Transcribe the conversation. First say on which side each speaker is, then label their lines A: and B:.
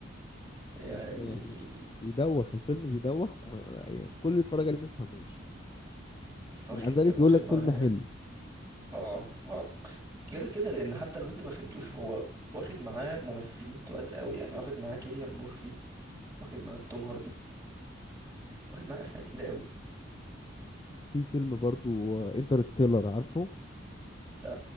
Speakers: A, on the right (about 15°); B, on the left (about 25°).
A: يعني
B: يعني بيدوخ الفيلم بيدوخ وما يعني كل اللي اتفرج عليه ما يفهموش
A: بس واخد
B: ومع ذلك
A: كان واخد
B: يقول لك
A: معاه
B: فيلم حلو
A: اه اه كده كده لان حتى لو انت ما فهمتوش هو واخد معاه ممثلين تقال قوي يعني واخد معاه كيليان مورفي واخد معاه توم هاردي واخد معاه اسماء تقيله قوي
B: في فيلم برضو انترستيلر عارفه
A: ده